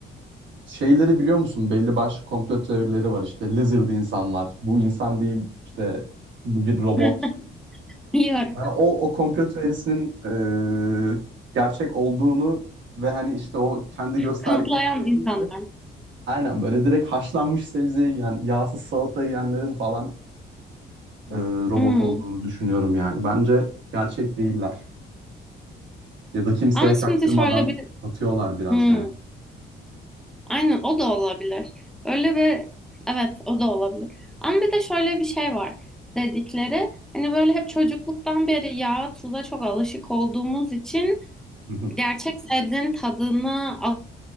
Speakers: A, on the right (about 70°); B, in the centre.
A: şeyleri biliyor musun? Belli başlı komplo teorileri var işte. Lizard insanlar. Bu insan değil işte bu bir robot.
B: Hı, Biliyorum.
A: Yani o, o komplo teorisinin e, gerçek olduğunu ve hani işte o kendi gösterdikleri
B: Kanıtlayan
A: şey
B: insanlar.
A: değil de Aynen böyle direkt haşlanmış sebzeyi yiyen, yağsız salata yiyenlerin falan e, robot
B: Hı.
A: olduğunu düşünüyorum yani. Bence gerçek değiller. Ya da kimseye
B: Ama şimdi
A: çaktırmadan
B: şöyle
A: atıyorlar biraz
B: Hmm,
A: yani.
B: aynen o da olabilir. Öyle bir evet o da olabilir. Ama bir de şöyle bir şey var dedikleri hani böyle hep çocukluktan beri yağa tuza çok alışık olduğumuz için
A: Hı hı.
B: gerçek sebzenin tadına al-